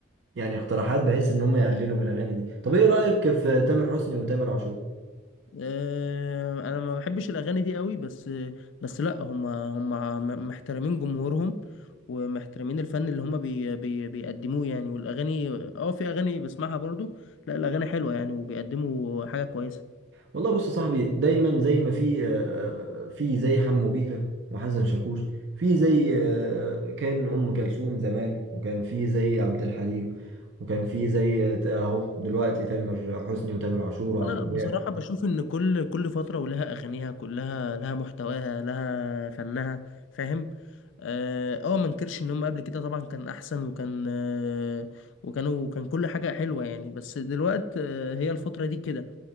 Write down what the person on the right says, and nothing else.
يعني اقتراحات بحيث إن هم يقللوا من الأغاني دي طب إيه رأيك في تامر حسني وتامر عاشور؟
والله بص يا صاحبي دايما زي ما في آه، آه، في زي حمو بيكا وحسن شاكوش في زي آه، كان ام كلثوم زمان وكان في زي عبد الحليم وكان في زي ت- اهو دلوقتي تامر حسني وتامر عاشور وعمرو
دياب